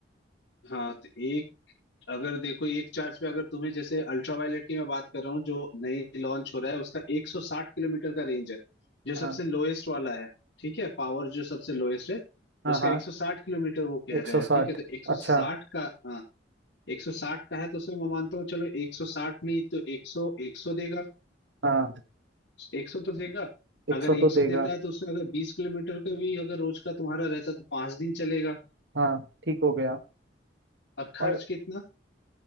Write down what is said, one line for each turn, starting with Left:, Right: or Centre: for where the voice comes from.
Left: हाँ तो अगर देखो एक चार्ज पे अगर तुम्हें जैसे अल्ट्रावायलेट की मैं बात कर रहा हूँ जो नई लॉन्च हो रहा है उसका 160 किलोमीटर का रेंज है जो सबसे
Right: हाँ
Left: लोएस्ट वाला है ठीक है पावर जो सबसे लोएस्ट है
Right: हाँ
Left: उसका
Right: हाँ
Left: 160 किलोमीटर वो कह
Right: एक
Left: रहे
Right: सौ
Left: हैं
Right: साठ
Left: ठीक है तो 160
Right: अच्छा
Left: का हाँ 160 का है तो उसमें मैं मानता हूँ चलो 160 नहीं तो 100 100 देगा
Right: हाँ
Left: 100 तो देगा
Right: एक
Left: अगर
Right: सौ
Left: 100
Right: तो देगा
Left: देता है तो उसमें अगर 20 किलोमीटर का भी अगर रोज का तुम्हारा रहता है तो पांच दिन चलेगा
Right: हाँ ठीक हो गया
Left: और खर्च
Right: और
Left: कितना